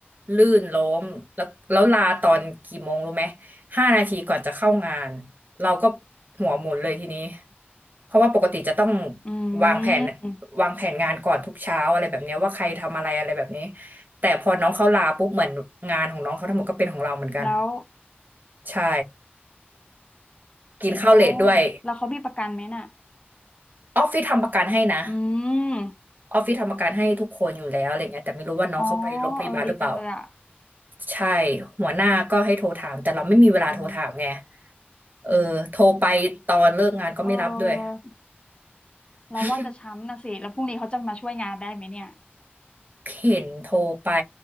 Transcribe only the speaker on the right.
ลื่นล้มแล้วแล้วลาตอนกี่โมงรู้ไหม ห้านาทีก่อนจะเข้างานเราก็หัวหมุนเลยทีนี้เพราะว่าปกติจะต้อง
วางแผน
วางแผนงานก่อนทุกเช้าอะไรแบบเนี้ยว่าใครทำอะไรอะไรแบบนี้แต่พอน้องเขาลาปุ๊บเหมือนงานของน้องเขาทั้งหมดก็เป็นของเราเหมือนกัน
ใช่กินข้าวเลทด้วย
ออฟฟิศทำประกันให้นะ
ออฟฟิศทำประกันให้ทุกคนอยู่แล้วอะไรเงี้ยแต่ไม่รู้ว่าน้องเขาไปโรงพยาบาลหรือเปล่า
ใช่หัวหน้าก็ให้โทรถามแต่เราไม่มีเวลาโทรถามไง
เออโทรไปตอนเลิกงานก็ไม่รับด้วย
<laughs> เห็นโทรไป